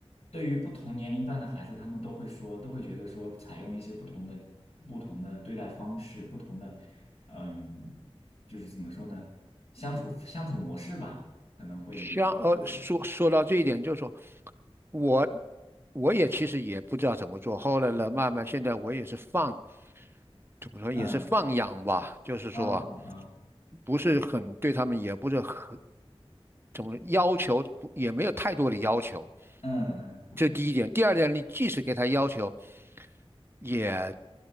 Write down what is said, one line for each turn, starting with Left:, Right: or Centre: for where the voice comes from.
Left: 对于不同年龄段的孩子，他们都会说，都会觉得说，采用一些不同的、不同的对待方式，不同的，嗯，就是怎么说呢，相处相处模式吧，可能会对，
Right: 像呃，说说到这一点，就是说我我也其实也不知道怎么做，后来呢，慢慢现在我也是放，怎么说也是放养吧，
Left: 嗯，
Right: 就是说
Left: 啊啊啊，
Right: 不是很对他们，也不是很怎么说要求，不也没有太多的要求，
Left: 嗯嗯嗯
Right: 这是第一点。第二点，你即使给他要求，也